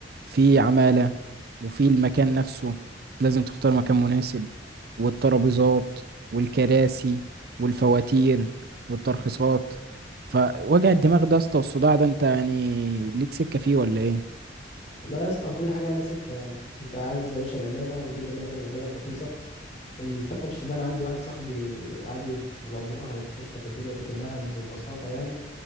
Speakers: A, on the right; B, on the left.
A: في عماله وفي المكان نفسه لازم تختار مكان مناسب والترابيزات والكراسي والفواتير والترخيصات فوجع الدماغ ده يا اسطى والصداع ده انت يعني ليك سكه فيه ولا ايه
B: والله يا اسطى كل حاجه لها سكه يعني انت عايز يا باشا العماله نجيب عماله من البلد رخيصه الفرش ده انا عندي واحد صاحبي عادي في العبور هيفرش لك الدنيا دي كلها ببساطه يعني